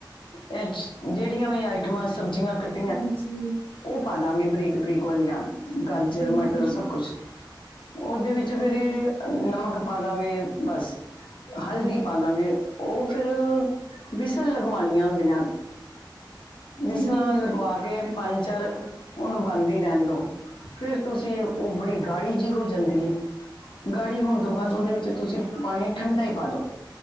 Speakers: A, on the left; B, on the left.
A: ਐ ਚ ਜਿਹੜੀਆਂ ਵੀ ਆਈਟਮਾਂ ਸਬਜ਼ੀਆਂ ਕੱਟ
B: ਹਾਂਜੀ!
A: ਓ ਪਾਦਾਂਗੇ ਬਰੀਕ-ਬਰੀਕ ਵਾਲੀਆਂ ਗਾਜਰ,
B: ਠੀਕ
A: ਮਟਰ
B: ਹੈ ਜੀ,
A: ਸਭ ਕੁਛ। ਓਦੇ ਵਿੱਚ ਚ
B: ਠੀਕ
A: ਫੇਰ
B: ਹੈ,
A: ਨਮਕ ਪਾ ਦਾਂਗੇ, ਬਸ‌। ਹਲਦੀ ਪਾ ਦਾਂਗੇ, ਓ ਫਿਰ ਵਿਸਲ ਲਗਵਾਣੀਆਂ ਹੁੰਦੀਆਂ। ਵਿਸਲਾਂ
B: ਠੀਕ ਹੈ ਜੀ।
A: ਲਗਵਾ ਕੇ ਪੰਜ -ਚਾਰ, ਓਨੂੰ ਬੰਦ ਹੀ ਰਹਿੰਦੋ। ਫੇਰ ਤੁਸੀਂ, ਓ ਬੜੀ ਗਾੜੀ ਜਿ ਹੋ ਜਾਂਦੀ ਏ। ਗਾੜੀ ਹੋਣ ਤੋਂ
B: ਹਾਂਜੀ,
A: ਬਾਅਦ ਓਦੇ ਵਿੱਚ
B: ਹਾਂਜੀ,
A: ਤੁਸੀਂ ਪਾਣੀ ਠੰਡਾ ਈ ਪਾ ਦੋ